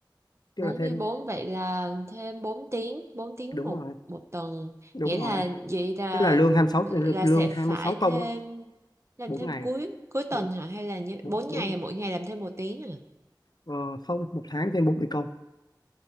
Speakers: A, on the left; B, on the right.
A: tức
B: bốn
A: là thêm
B: mươi bốn vậy là thêm bốn tiếng 4 tiếng
A: đúng
B: một
A: rồi
B: một tuần
A: đúng
B: nghĩa là
A: rồi
B: vậy là
A: tức là lương 26
B: là
A: lương
B: sẽ
A: 26
B: phải
A: công
B: thêm
A: á
B: làm
A: 4
B: thêm
A: ngày
B: cuối cuối
A: bốn
B: tuần hả hay là như
A: bốn
B: 4 ngày
A: đúng rồi
B: mỗi ngày làm thêm một tiếng à
A: Ờ, không, một tháng thêm 40 công,